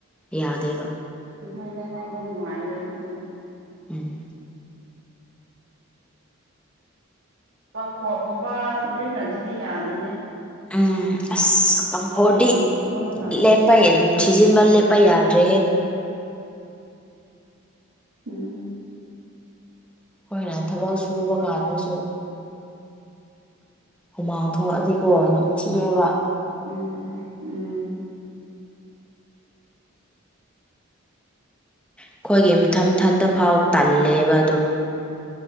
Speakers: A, in the centre; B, on the right.
A: ꯌꯥꯗꯦꯕ
B: ꯈꯨꯊꯥꯡꯗ ꯍꯥꯞꯄ ꯅꯨꯡꯉꯥꯏꯔꯣꯏ ꯑꯗꯨꯒꯨꯝꯕ
A: ꯎꯝ
B: ꯀꯝꯐ‌ꯣꯔꯠꯒꯨꯝꯕ ꯁꯤꯖꯤꯟꯅꯗꯗꯤ ꯌꯥꯗꯦꯅꯦ
A: ꯎꯝ ꯑꯁ ꯀꯝꯐꯣꯔꯗꯤ
B: ꯅꯣꯡ ꯆꯨꯕ ꯃꯇꯝꯗ
A: ꯂꯦꯞ <unintelligible> ꯎꯝ ꯁꯤꯖꯤꯟꯕ ꯂꯦꯞꯄ ꯌꯥꯗ꯭ꯔꯦꯍꯦ
B: ꯎꯝ
A: ꯑꯩꯈꯣꯏꯅ ꯊꯕꯛ ꯁꯨꯕ ꯀꯥꯟꯗꯁꯨ ꯍꯨꯃꯥꯡ ꯊꯣꯛꯑꯗꯤꯀꯣ ꯅꯝꯊꯤꯌ‌ꯦꯕ
B: ꯎꯝ ꯎꯝ
A: ꯑꯩꯈꯣꯏꯒꯤ ꯃꯊꯟ ꯃꯊꯟꯗ ꯐꯥꯎ ꯇꯜꯂꯦꯕ ꯑꯗꯣ